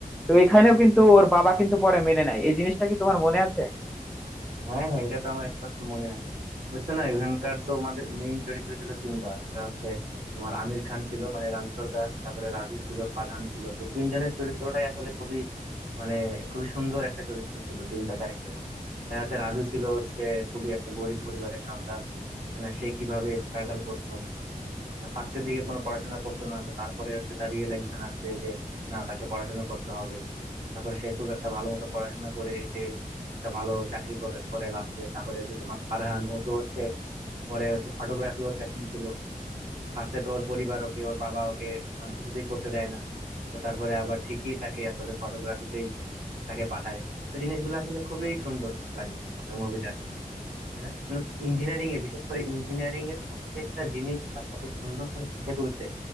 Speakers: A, in the centre; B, on the right (about 70°).
A: তো এখানেও কিন্তু ওর বাবা কিন্তু পরে মেনে নেয় এই জিনিসটা কি তোমার মনে আছে
B: হ্যাঁ হ্যাঁ এটা তো আমার স্পষ্ট মনে আছে বুঝছো না এখানকার তো আমাদের মেইন চরিত্র ছিল তিনটা একটা হচ্ছে তোমার আমির খান ছিল মানে রানছর দাস তারপরে রাজু ছিল ফারহান ছিল তো তিনজনের চরিত্রটাই আসলে খুবই মানে খুবই সুন্দর একটা চরিত্র ছিল তিনটা ক্যারেক্টারই হ্যাঁ হচ্ছে রাজু ছিল হচ্ছে খুবই একটা গরিব পরিবারের সন্তান না সে কিভাবে স্ট্রাগল করতো না ফার্স্টের দিকে কোনো পড়াশোনা করতো না তো তারপরে হচ্ছে তার রিয়েলাইজেশন আসছে যে না তাকে পড়াশোনা করতে হবে তারপরে সে খুব একটা ভালো মতো পড়াশোনা করে এসে একটা ভালো চাকরি করে করে লাস্টে তারপরে যে তোমার ফারহান ও তো হচ্ছে পরে হচ্ছে ফটোগ্রাফি ওর প্যাশন ছিল ফার্স্টে তো ওর পরিবার ওকে ওর বাবা ওকে মানে কিছুতেই করতে দেয় না তো তারপরে আবার ঠিকই তাকে আসলে ফটোগ্রাফিতেই তাকে পাঠায় তো জিনিসগুলো আসলে খুবই সুন্দর লাগে আসলে মুভিটার তাই না মানে ইঞ্জিনিয়ারিং এ বিশেষ করে ইঞ্জিনিয়ারিং এর প্রত্যেকটা জিনিস তার কত সুন্দর করে ফুটে তুলছে